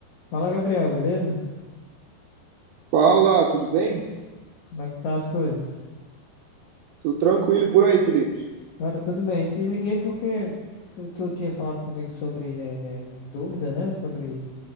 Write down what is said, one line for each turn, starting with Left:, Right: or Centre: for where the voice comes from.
Left: Fala, Gabriel, beleza?
Right: Fala, tudo bem?
Left: Como é que tá as coisas?
Right: Tudo tranquilo por aí, Felipe?
Left: Cara, tudo bem. Te liguei porque tu, tu tinha falado comigo sobre eh, eh, dúvida, né? Sobre